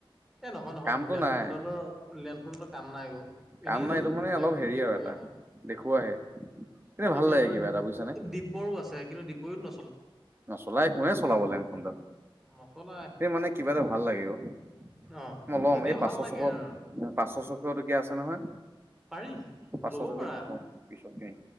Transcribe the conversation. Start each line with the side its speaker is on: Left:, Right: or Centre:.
Centre: এ নহয়, নহয়
Right: কামটো
Centre: লেণ্ডফোনডালৰ,
Right: নাই
Centre: লেণ্ডফোনডালৰ কাম নাই অ'। এনেই
Right: কাম
Centre: এইডাল
Right: নাই এইটো মানে অলপ হেৰি
Centre: দেখুওৱা
Right: আৰু এটা
Centre: হে।
Right: দেখুৱাহে এনে ভাল
Centre: এতিয়া
Right: লাগে
Centre: ধৰ
Right: কিবা এটা বুজিছানে
Centre: দিব্যৰো আছে, কিন্তু দিব্যইও ন
Right: নচলাই, কোনে চলাব লেণ্ডফোনডাল।
Centre: নচলাই
Right: এ মানে কিবা এটা ভাল লাগে অ'।
Centre: অ
Right: মই ল'ম,
Centre: এনেই
Right: এই
Centre: ভাল
Right: পাঁচশ
Centre: লাগে
Right: ছশ,
Centre: আৰু
Right: পাঁচশ ছশ টকীয়া আছে নহয়।
Centre: পাৰি,
Right: পাঁচশ
Centre: ল'ব
Right: ছশটকীয়া
Centre: পাৰা।
Right: ল'ম পিছত কিনিম